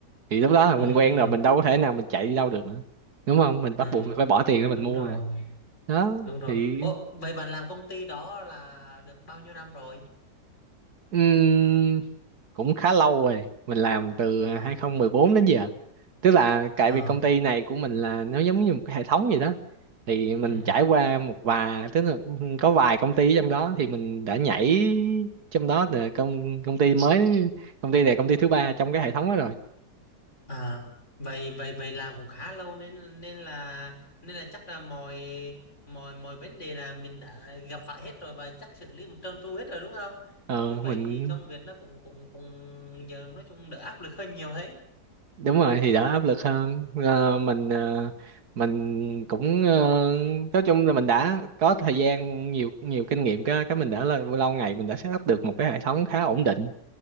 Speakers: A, on the right; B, on the left.
A: thì lúc đó là
B: ừ
A: mình quen
B: ừ,
A: rồi mình đâu có thể nào mình chạy đi đâu được nữa đúng không mình
B: ừ.
A: bắt buộc mình phải bỏ tiền ra
B: đúng
A: mình mua
B: rồi
A: rồi đó
B: đúng rồi
A: thì
B: Ủa, vậy bạn làm công ty đó là được bao nhiêu năm rồi
A: ừm, cũng khá lâu rồi mình làm từ
B: Ờ,
A: 2014 đến giờ tức là tại
B: ờ,
A: vì công ty này của mình là nó giống như một cái hệ thống gì đó thì mình
B: ừ.
A: trải qua một vài tức là ừ, ừ, có vài công ty trong đó thì mình đã nhảy trong đó là công công ty mới công ty này công ty thứ ba trong cái hệ thống đó rồi
B: à, vậy vậy vậy làm cũng khá lâu nên nên là nên là chắc là mọi mọi mọi vấn đề là mình đã gặp phải hết rồi và chắc xử lý cũng trơn tru hết rồi đúng không
A: ờ,
B: như vậy
A: mình
B: thì công việc nó cũng cũng cũng giờ nói chung đỡ áp lực hơn nhiều ấy
A: đúng rồi thì đỡ áp lực hơn Ờ, mình ờ, mình cũng ờ, nói chung là mình đã có thời gian nhiều nhiều kinh nghiệm cái cái mình đã là lâu ngày mình đã set up được một cái hệ thống khá ổn định